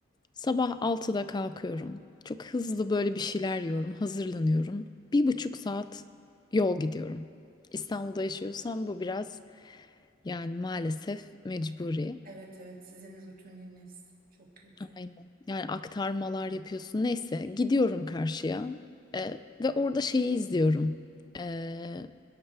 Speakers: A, on the left; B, on the right.
A: Sabah altıda kalkıyorum. Çok hızlı böyle bir şeyler yiyorum, hazırlanıyorum. Bir buçuk saat yol gidiyorum. İstanbul'da yaşıyorsan bu biraz yani maalesef mecburi.
B: Evet evet sizin rutininiz çok kötü.
A: Aynen. Yani aktarmalar yapıyorsun. Neyse gidiyorum karşıya Ee, ve orada şeyi izliyorum. Ee,